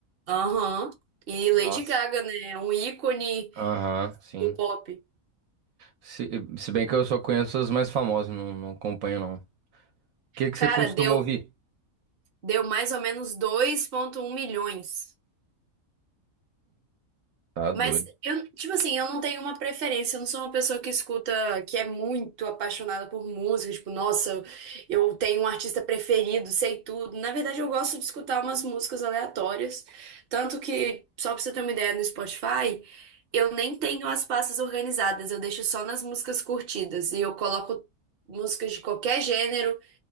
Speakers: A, on the right; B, on the right.
A: Aham. E Lady
B: Nossa.
A: Gaga, né? é Um ícone
B: Aham, sim.
A: do pop.
B: Se, se bem que eu só conheço as mais famosas, não, não acompanho não. O que que
A: Cara,
B: você costuma
A: deu,
B: ouvir?
A: deu mais ou menos dois vírgula um milhões.
B: Tá doido.
A: Mas eu, tipo assim, eu não tenho uma preferência, eu não sou uma pessoa que escuta, que é muito apaixonada por música, tipo, nossa, eu tenho um artista preferido, sei tudo. Na verdade, eu gosto de escutar umas músicas aleatórias, tanto que, só pra você ter uma ideia, no Spotify, eu nem tenho as pastas organizadas, eu deixo só nas músicas curtidas e eu coloco músicas de qualquer gênero